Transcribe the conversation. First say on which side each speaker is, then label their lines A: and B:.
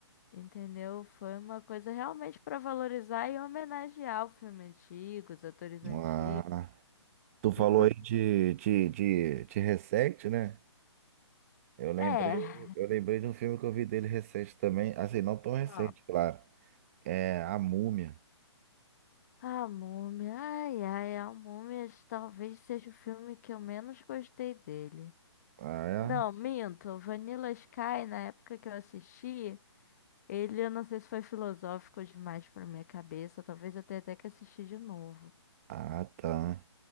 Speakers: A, on the left; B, on the right.
A: Entendeu? Foi uma coisa realmente para valorizar e homenagear o filme antigo, os atores antigos.
B: Ah, tu falou
A: Inclusive.
B: aí de, de, de, de recente, né? Eu lembrei,
A: É.
B: eu lembrei de um filme que eu vi dele recente também. Assim, não tão recente,
A: Qual?
B: claro. É A Múmia.
A: A Múmia. Ai, ai, a Múmia talvez seja o filme que eu menos gostei dele.
B: Ah, é?
A: Não, minto. Vanilla Sky, na época que eu assisti, ele, eu não sei se foi filosófico demais pra minha cabeça. Talvez eu tenha até que assistir de novo.
B: Ah, tá.